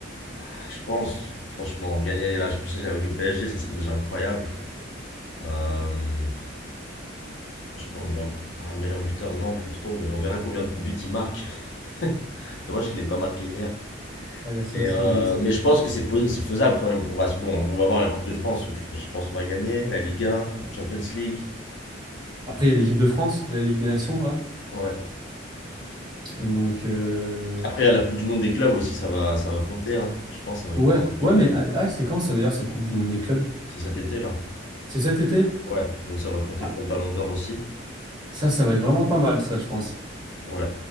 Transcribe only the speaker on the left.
Ah, Je pense, franchement, gagner la Champions League avec le PSG, ça serait déjà incroyable. Euh, Franchement, meilleur, ah, meilleur buteur, non, plus trop, mais on verra combien de buts il marque. <laughs> Dommage qu'il n'ait pas marqué hier.
Mais,
euh,
mais je pense que c'est pos- c'est faisable quand même. On va, se- bon, on va voir la Coupe de France, je, je pense qu'on va gagner. La Ligue 1, Champions League.
Ouais.
Après, il y a la Coupe du Monde des clubs aussi, ça va, ça va compter. hein. Je pense que ça va
compter un peu
quand
même.
C'est cet été là.
Ouais, donc ça va compter
pour le Ballon d'Or aussi.
Ouais.